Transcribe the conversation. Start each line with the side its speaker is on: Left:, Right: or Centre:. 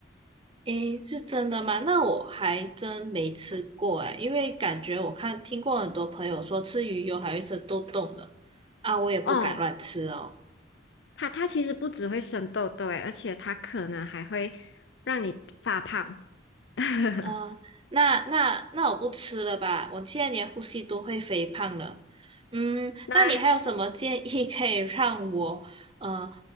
Right: 诶，是真的吗？那我还真没吃过诶，因为感觉我看听过很多朋友说吃鱼油还会是都痘呢，啊，我也不敢乱吃哦。
Left: 哦，它它其实不只会生痘痘诶，而且它可能还会让你发胖。<laughs>
Right: 啊，那那那我不吃了吧，我现在连呼吸都会肥胖了。嗯，
Left: 那
Right: 那你还有什么建议可以让我呃